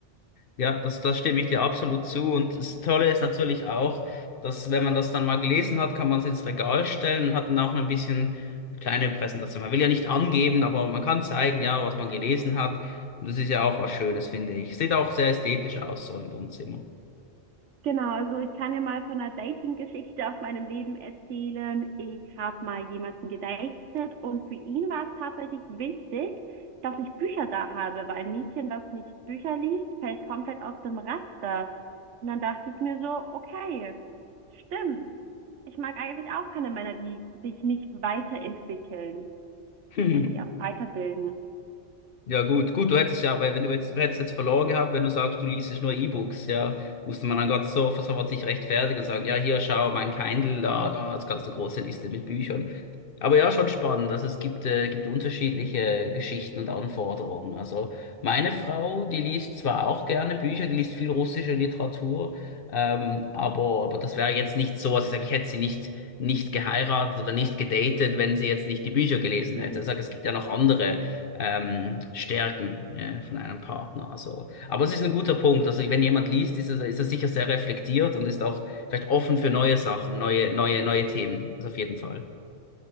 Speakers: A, on the left; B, on the right.
A: Ja, das, das stimme ich dir absolut zu. Und das Tolle ist natürlich auch, dass wenn man das dann mal gelesen hat, kann man es ins Regal stellen und hat dann auch ein bisschen eine kleine Präsentation. Man will ja nicht angeben, aber man kann zeigen, ja, was man gelesen hat. Und das ist ja auch was Schönes, finde ich. Sieht auch sehr ästhetisch aus, so im Wohnzimmer.
B: Genau, also ich kann ja mal von einer Dating-Geschichte aus meinem Leben erzählen. Ich habe mal jemanden gedatet und für ihn war es tatsächlich wichtig, dass ich Bücher da habe, weil ein Mädchen, was nicht Bücher liest, fällt komplett aus dem Raster. Und dann dachte ich mir so, okay, stimmt. Ich mag eigentlich auch keine Männer, die sich nicht weiterentwickeln
A: <laughs>
B: und sich auch weiterbilden.
A: Ja, gut, gut, du hättest ja, weil wenn du jetzt, du hättest jetzt verloren gehabt, wenn du sagst, du liest nur E-Books, ja, musste man dann Gott so sofort sich rechtfertigen und sagen, ja, hier, schau, mein Kindle, da, da, das ganze große Liste mit Büchern. Aber ja, schon spannend. Also es gibt, äh, gibt unterschiedliche Geschichten und Anforderungen. Also meine Frau, die liest zwar auch gerne Bücher, die liest viel russische Literatur, ähm, aber, aber das wäre jetzt nicht so, also ich sage, ich hätte sie nicht, nicht geheiratet oder nicht gedatet, wenn sie jetzt nicht die Bücher gelesen
B: Mhm.
A: hätte. Ich sage, es gibt ja noch andere ähm, Stärken äh, von einem Partner. Also, aber es ist ein guter Punkt. Also wenn jemand liest, ist er, ist er sicher sehr reflektiert und ist auch vielleicht offen für neue Sachen, neue, neue, neue Themen. Also auf jeden Fall.